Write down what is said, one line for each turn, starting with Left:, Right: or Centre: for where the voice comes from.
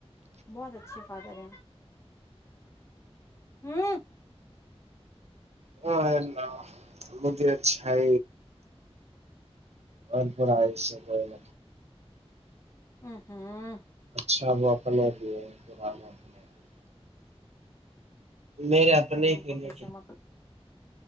Left: بہت اچھے فادر ہیں ہ
Right: ہاںلہ مجھے اچھ ہے بھرپور آیش کوئی م
Left: ا ہاں
Right: اچھا بت اپنے بھی ہے بران اپنے بھی میرے یہ پ
Left: پھر
Right: نہیں
Left: تم کو
Right: ہ
Left: کس سے مت ہوں